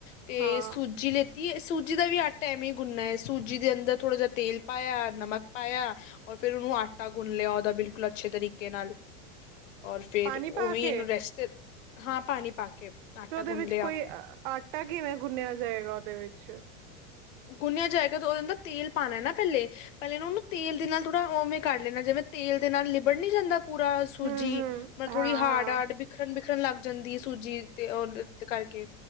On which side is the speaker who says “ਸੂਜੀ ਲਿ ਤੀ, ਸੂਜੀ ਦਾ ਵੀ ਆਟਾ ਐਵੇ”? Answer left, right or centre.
Left